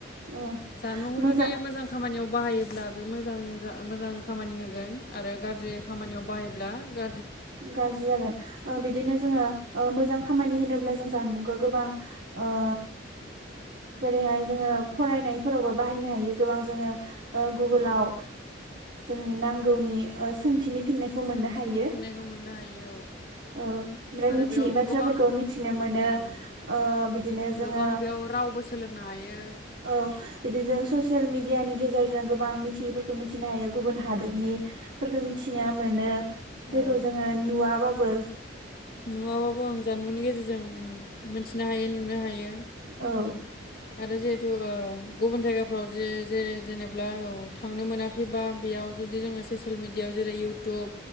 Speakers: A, on the right (about 85°); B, on the left (about 50°).
A: ओ
B: जानबुंखौ
A: मोजां
B: जुदि खामानियाव बाहायोब्ला बे मोजां जा मोजां खामानि होगोन आरो गाज्रि खामानियाव बाहायोब्ला गा
A: गाज्रि जागोन ओ बिदिनो जोङो ओ मोजां खामानि होनोब्ला जों जानबुंखौ गोबां ओ जेरैहाय जोङो फरायनायफोरावबो बाहायनो हायो गोबां जोङो ओ गुगोलाव
B: औ
A: जोंनि नांगौनि ओ सोंथिनि फिननायखौ मोननो
B: सोंथिनि
A: हायो
B: फिननायखौ
A: औ
B: मोननो हायो
A: ओमफ्राय
B: आरो
A: मिथियै
B: बेयाव
A: बाथ्राफोरखौ
B: गोबां
A: मिथिनो मोनो
B: उम
A: ओ बिदिनो जोङो
B: गोबां बेयाव रावबो सोलोंनो हायो
A: औ बिदिजों ससेल मिदियानि गेजेरजों गोबां मिथियैफोरखौ मि थिनो हायो गुबुन हादोरनिफोरखौ
B: उम
A: मि थिनो मोनो जेखौ
B: औ
A: जोङो नुवाबा बो
B: नुवाबाबो ओं जानबुंनि गेजेरजों ओम मोनथिनो हायो नुनो हायो ओम
A: औ
B: आरो जिहेथु ओ गुबुन जायगाफ्राव जे-जे-जेनेबा औ थांनो मोनाखैबा बेयाव जुदि जोङो ससियेल मिडियायाव जेरै- इउटुब